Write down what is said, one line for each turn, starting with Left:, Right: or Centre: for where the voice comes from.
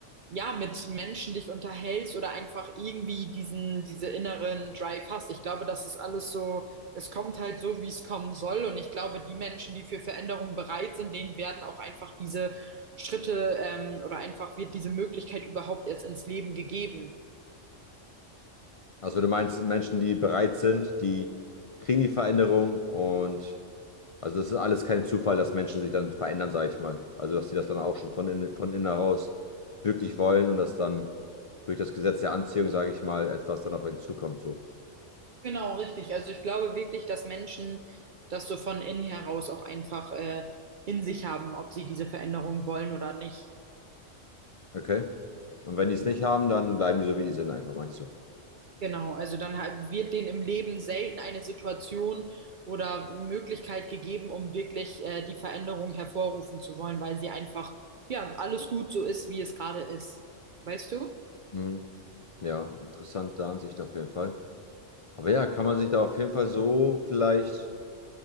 Right: ja, mit Menschen dich unterhältst oder einfach irgendwie diesen, diese inneren Drive hast. Ich glaube, das ist alles so, es kommt halt so, wie es kommen soll. Und ich glaube, die Menschen, die für Veränderung bereit sind, denen werden auch einfach diese Schritte, ähm, oder einfach wird diese Möglichkeit überhaupt erst ins Leben gegeben.
Left: Also du meinst Menschen, die bereit sind, die kriegen die Veränderung und also das ist alles kein Zufall, dass Menschen sich dann verändern, sage ich mal. Also dass sie das dann auch schon von innen, von innen heraus wirklich wollen und dass dann durch das Gesetz der Anziehung, sage ich mal, etwas dann auf einen zukommt so.
Right: Genau, richtig. Also ich glaube wirklich, dass Menschen das so von innen heraus auch einfach, äh, in sich haben, ob sie diese Veränderung wollen oder nicht.
Left: Okay. Und wenn die es nicht haben, dann bleiben die so, wie die sind, einfach, meinst du?
Right: Genau, also dann ha- wird denen im Leben selten eine Situation oder Möglichkeit gegeben, um wirklich äh, die Veränderung hervorrufen zu wollen, weil sie einfach, ja, alles gut so ist, wie es gerade ist. Weißt du?
Left: Mhm. Ja, interessante Ansicht auf jeden Fall. Aber ja, kann man sich da auf jeden Fall so vielleicht